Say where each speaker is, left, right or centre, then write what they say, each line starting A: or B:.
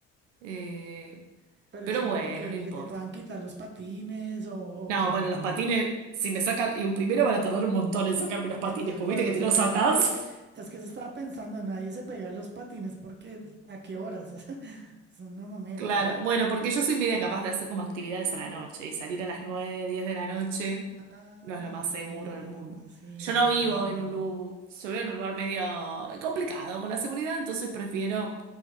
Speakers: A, on the right (about 80°); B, on the right (about 30°).
A: Eh,
B: Pero
A: pero
B: es como
A: bueno,
B: que, que,
A: no importa.
B: que te puedan quitar los patines o, o
A: No,
B: qué.
A: bueno,
B: O,
A: los patines, si me sacan, y primero van a tardar un montón en sacarme los patines,
B: eh, de acuerdo,
A: porque viste que te
B: sacar.
A: los atás.
B: Nadie. Es que se estaba pensando, nadie se pega los patines porque ¿a qué horas? <laughs> Es una mamera.
A: Claro, bueno, porque yo soy media capaz de hacer como actividades a la noche y salir a las 9, 10 de la noche
B: Ah,
A: no es lo más
B: entiendo.
A: seguro del mundo.
B: Sí,
A: Yo
B: no,
A: no vivo
B: no, no.
A: en un lugar, yo vivo en un lugar medio complicado con la seguridad, entonces prefiero